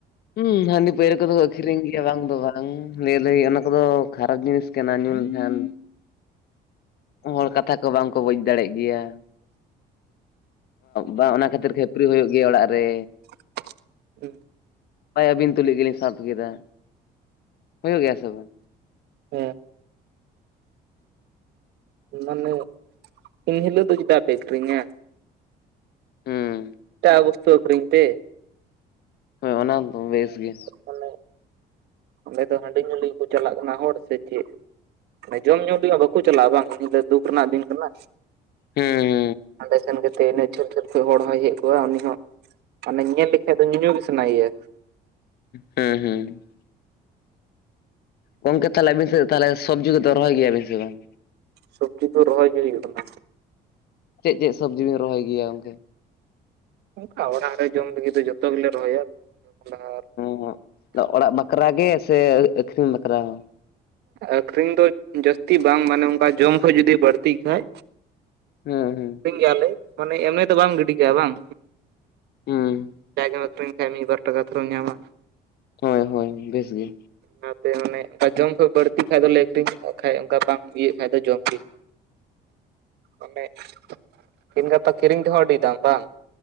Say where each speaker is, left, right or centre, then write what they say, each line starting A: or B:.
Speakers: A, on the left; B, on the right.
A: ᱦᱩᱸ ᱦᱟᱹᱰᱤ <unintelligible> ᱟᱹᱠᱷᱨᱤᱧ ᱜᱮᱭᱟ ᱵᱟᱝ ᱫᱚ ᱵᱟᱝ ᱞᱟᱹᱭ ᱚᱱᱟ ᱠᱚᱫᱚ ᱠᱷᱟᱨᱟᱯ ᱡᱤᱱᱤᱥ ᱠᱟᱱᱟ᱾ ᱧᱩ ᱞᱮᱠᱷᱟᱱ ᱦᱚᱲ ᱠᱟᱛᱷᱟ ᱠᱚ ᱵᱟᱝ ᱠᱚ ᱵᱩᱡᱽ ᱫᱟᱲᱮᱜ ᱜᱮᱭᱟ᱾ ᱵᱟᱝ ᱚᱱᱟ ᱠᱷᱟᱹᱛᱤᱨ ᱠᱷᱟᱹᱯᱟᱹᱨᱤ ᱦᱩᱭᱩᱜ ᱜᱮᱭᱟ ᱚᱲᱟᱜ ᱨᱮ
B: <unintelligible>
A: ᱟᱹᱵᱤᱱ ᱛᱩᱞᱩᱡ ᱜᱮᱞᱤᱧ ᱥᱟᱵ ᱠᱮᱫᱟ᱾ ᱦᱩᱭᱩᱜ ᱜᱮᱭᱟ ᱥᱮ ᱵᱟᱝ
B: ᱦᱮᱸ ᱢᱟᱱᱮ ᱮᱱ ᱦᱤᱞᱳᱜ ᱫᱚ ᱪᱮᱫᱟᱜ ᱯᱮ ᱟᱹᱠᱷᱨᱤᱧᱟ
A: ᱦᱩᱸ
B: ᱮᱴᱟᱜ ᱵᱚᱥᱛᱩ ᱟᱹᱠᱷᱨᱤᱧ ᱯᱮ
A: ᱦᱳᱭ ᱚᱱᱟ ᱫᱚ ᱵᱮᱥ ᱜᱮ᱾
B: ᱢᱟᱱᱮ ᱚᱸᱰᱮ ᱫᱚ ᱦᱟᱺᱰᱤ ᱧᱩ ᱞᱟᱹᱜᱤᱫ ᱜᱮᱠᱚ ᱪᱟᱞᱟᱜ ᱠᱟᱱᱟ᱾ᱦᱚᱲ ᱥᱮ ᱪᱮᱫ? ᱡᱚᱢ ᱧᱩ ᱛᱮᱭᱟᱜ ᱵᱟᱠᱚ ᱪᱟᱞᱟᱜ-ᱟ, ᱵᱟᱝ ᱩᱱ ᱫᱚ ᱫᱩᱠ ᱨᱮᱱᱟᱜ ᱫᱤᱱ ᱠᱟᱱᱟ᱾
A: ᱦᱮᱸ
B: ᱦᱟᱸᱰᱮ ᱥᱮᱱ ᱠᱟᱛᱮᱜ ᱤᱱᱟᱹ ᱡᱷᱟᱹᱞ ᱡᱷᱟᱹᱞ ᱠᱷᱚᱱᱚᱡ ᱦᱚᱲ ᱦᱚᱸᱭ ᱦᱮᱡ ᱠᱚᱜ-ᱟ ᱩᱱᱤ ᱦᱚᱸ ᱢᱟᱱᱮ ᱧᱮᱞ ᱞᱮᱠᱷᱟᱡ ᱫᱚ ᱧᱩ ᱜᱮ ᱥᱟᱱᱟᱭᱮᱭᱟ᱾
A: ᱦᱮᱸ ᱦᱮᱸ ᱠᱚᱢᱠᱮ ᱛᱟᱦᱚᱞᱮ ᱟᱵᱤᱱ ᱥᱮ ᱛᱟᱦᱚᱞᱮ ᱥᱚᱵᱽᱡᱤ ᱠᱚᱫᱚ ᱨᱚᱦᱚᱭ ᱜᱮᱭᱟᱵᱤᱱ ᱥᱮ ᱵᱟᱝ?
B: ᱥᱚᱵᱽᱡᱤ ᱠᱚ ᱨᱚᱦᱚᱭ ᱜᱮ ᱦᱩᱭᱩᱜ ᱠᱟᱱᱟ᱾
A: ᱪᱮᱫ ᱪᱮᱫ ᱥᱚᱵᱽᱡᱤ ᱵᱤᱱ ᱨᱚᱦᱚᱭ ᱜᱮᱭᱟ ᱜᱚᱢᱠᱮ?
B: ᱚᱱᱠᱟ ᱚᱲᱟᱜ ᱨᱮ ᱡᱚᱢ ᱞᱟᱹᱜᱤᱫ ᱫᱚ ᱡᱚᱛᱚ ᱜᱮᱞᱮ ᱨᱚᱦᱚᱭᱟ ᱠᱚᱸᱰᱷᱟ
A: ᱚᱜ ᱚᱲᱟᱜ ᱵᱟᱠᱷᱨᱟ ᱜᱮ, ᱥᱮ ᱟᱹᱠᱷᱨᱤᱧ ᱵᱟᱠᱷᱨᱟ ᱦᱚᱸ
B: ᱟᱹᱠᱷᱨᱤᱧ ᱫᱚ ᱡᱟᱹᱥᱛᱤ ᱵᱟᱝ ᱢᱟᱱᱮ ᱚᱱᱠᱟ ᱡᱚᱢ ᱠᱷᱚᱡ ᱡᱩᱫᱤ ᱵᱟᱹᱲᱛᱤᱜ ᱠᱷᱟᱡ
A: ᱦᱮᱸ ᱦᱮᱸ
B: ᱟᱹᱠᱷᱨᱤᱧ ᱜᱮᱭᱟᱞᱮ ᱢᱟᱱᱮ ᱮᱢᱱᱤ ᱫᱚ ᱵᱟᱢ ᱜᱤᱰᱤ ᱠᱟᱭᱟ ᱵᱟᱝ
A: ᱦᱩᱸ
B: ᱯᱮ ᱜᱮ ᱟᱹᱠᱷᱨᱤᱧ ᱠᱟᱸᱜ ᱢᱤᱫ ᱵᱟᱨ ᱴᱟᱠᱟ ᱛᱚᱢ ᱧᱟᱢᱟ᱾
A: ᱦᱳᱭ ᱦᱳᱭ ᱵᱮᱥ ᱜᱮ᱾
B: ᱚᱱᱟᱛᱮ ᱢᱟᱱᱮ ᱚᱱᱠᱟ ᱡᱚᱢ ᱠᱷᱚᱡ ᱵᱟᱹᱲᱛᱤ ᱠᱷᱟᱡ ᱫᱚᱞᱮ ᱟᱹᱠᱷᱨᱤᱧ ᱠᱷᱟᱡ ᱚᱱᱠᱟ ᱵᱟᱝ ᱤᱭᱟᱹᱜ ᱠᱷᱟᱡ ᱫᱚ ᱡᱚᱢᱜᱮ᱾ ᱚᱱᱮ ᱛᱮᱦᱤᱧ ᱜᱟᱯᱟ ᱠᱤᱨᱤᱧ ᱛᱮᱦᱚᱸ ᱟᱹᱰᱤ ᱫᱟᱢ ᱵᱟᱝ